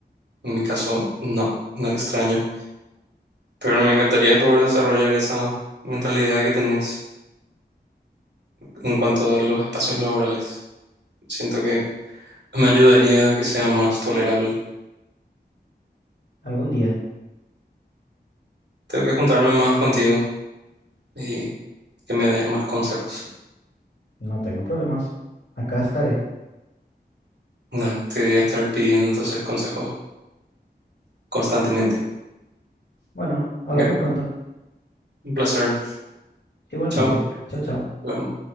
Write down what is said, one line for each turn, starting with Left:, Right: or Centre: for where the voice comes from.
Right: En mi caso, no, no extraño. Pero me encantaría poder desarrollar esa mentalidad que tenés en cuanto a los espacios laborales. Siento que me ayudaría a que sea más tolerable.
Left: Algún día.
Right: Tengo que juntarme más contigo y que me des más consejos.
Left: No tengo problemas. Acá estaré.
Right: Nada, te voy a estar pidiendo entonces consejos constantemente.
Left: Bueno, hablamos
Right: Un
Left: pronto.
Right: placer.
Left: Igualmente.
Right: Chao.
Left: Chao, chao.
Right: Hola.